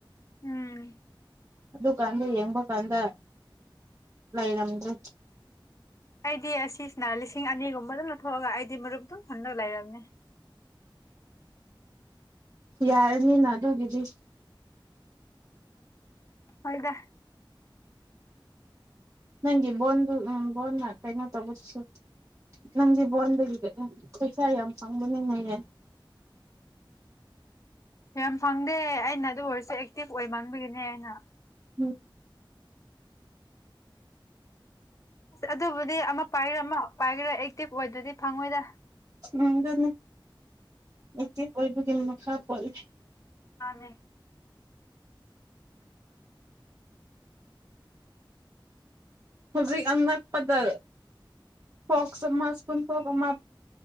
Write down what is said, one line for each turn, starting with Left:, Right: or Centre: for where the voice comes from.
Left: ꯎꯝ
Right: ꯑꯗꯨꯀꯥꯟꯗ ꯌꯦꯡꯕ ꯀꯥꯟꯗ ꯂꯩꯔꯝꯗ꯭ꯔꯦ
Left: ꯑꯩꯗꯤ ꯑꯁꯤꯁꯤꯅ ꯂꯤꯁꯤꯡ ꯑꯅꯤꯒꯨꯝꯕ ꯑꯗꯨꯝ ꯂꯧꯊꯣꯛꯑꯒ ꯑꯩꯗꯤ ꯃꯔꯨꯞ ꯑꯗꯨꯝ ꯍꯨꯟꯅꯕ ꯂꯩꯔꯝꯅꯦ
Right: ꯌꯥꯔꯅꯤꯅ ꯑꯗꯨꯒꯤꯗꯤ
Left: ꯍꯣꯏꯗ
Right: ꯅꯪꯒꯤ ꯕꯣꯟꯗꯨ ꯎꯝ ꯕꯣꯟꯅ ꯀꯩꯅꯣ ꯇꯧꯕꯗꯨꯁꯨ ꯅꯪꯗꯤ ꯕꯣꯟꯗꯒꯤ ꯄꯩꯁꯥ ꯌꯥꯝ ꯐꯪꯕꯅꯤꯅꯍꯦ
Left: ꯌꯥꯝ ꯐꯪꯗꯦ ꯑꯩꯅ ꯑꯗꯨ ꯑꯣꯏꯔꯁꯨ ꯑꯦꯛꯇꯤꯚ ꯑꯣꯏꯃꯟꯕꯒꯤꯅꯦ ꯑꯩꯅ
Right: ꯎꯝ
Left: ꯑꯗꯨꯕꯨꯗꯤ ꯑꯃ ꯄꯥꯏꯒꯔꯥ ꯑꯃ ꯄꯥꯏꯒꯦꯔꯥ ꯑꯦꯛꯇꯤꯚ ꯑꯣꯏꯗꯔꯥꯗꯤ ꯐꯪꯉꯣꯏꯗ
Right: ꯎꯝ ꯑꯗꯨꯅꯦ ꯑꯦꯛꯇꯤꯞ ꯃꯈꯥ ꯄꯣꯜꯂꯦ
Left: ꯃꯥꯅꯦ
Right: ꯍꯧꯖꯤꯛ ꯑꯅꯛꯄꯗ ꯐꯣꯛꯁ ꯑꯃ ꯁꯄꯨꯟ ꯐꯣꯛꯁ ꯑꯃ